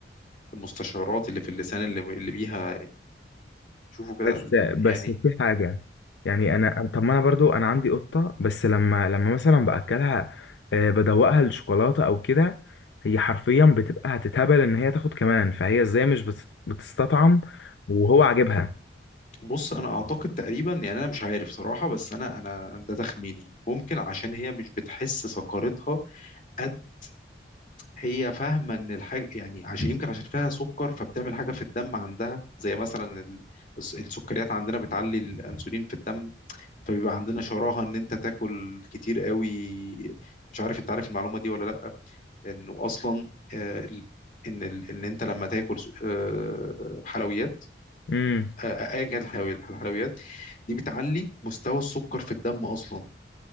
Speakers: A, on the left; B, on the left.
A: المستشعرات اللي في اللسان اللي اللي بيها يشوفوا كده
B: بس
A: ال-
B: بس
A: يعني
B: في حاجة يعني انا طب ما انا برضو انا عندي قطة بس لما لما مثلا باكلها آه، بدوقها الشوكولاتة او كده هي حرفيا بتبقى هتتهبل ان هي تاخد كمان فهي ازاي مش بتست- بتستطعم وهو عاجبها
A: بص انا اعتقد تقريبا يعني انا مش عارف صراحه بس انا انا ده تخميني ممكن عشان هي مش بتحس سكرتها قد هي فاهمه ان الحاجه يعني عشان يمكن عشان فيها سكر فبتعمل حاجه في الدم عندها زي مثلا ال- الس- السكريات عندنا بتعلي الانسولين في الدم فبيبقى عندنا شراهه ان انت تاكل كتير قوي مش عارف انت عارف المعلومه دي ولا لا انه اصلا آه، ال- ان ال- ان انت لما تاكل س- آه، حلويات
B: مم.
A: آه، ايا كانت الحيوي- الحلويات دي بتعلي مستوى السكر في الدم اصلا